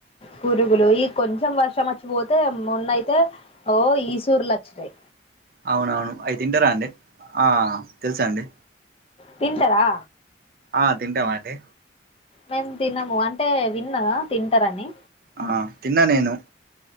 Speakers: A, on the left (about 30°); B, on the right (about 50°).
A: పురుగులు ఈ కొంచెం వర్షం వచ్చిపోతే మొన్నయితే ఓ ఈసుర్లో వచినై
B: అవునవును అయి తింటారా అండి ఆ తెలుసా అండి
A: తింటరా
B: ఆ తింటామండి
A: మేము తినము అంటే విన్నా తింటరని
B: ఆ తిన్న నేను